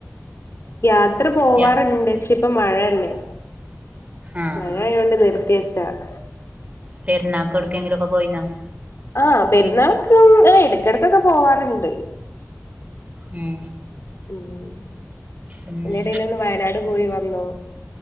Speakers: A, on the left; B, on the right.
A: യാത്ര പോവാറുണ്ട്,
B: യാ
A: പക്ഷേ ഇപ്പൊ മഴയല്ലേ
B: ആഹ്
A: മഴയോണ്ട് നിർത്തി വച്ചാതാ
B: പെരുനാൾക്ക് ഓട്ങ്കിലൊക്കെ പോയിന
A: ആ പെരുന്നാൾക്കും ആ ഇടക്കിടക്കൊക്കെ പോവാറുണ്ട്
B: ഉം
A: <unintelligible>
B: പിന്നെ
A: എടേൽ ഒന്ന് വയനാട് പോയി വന്നു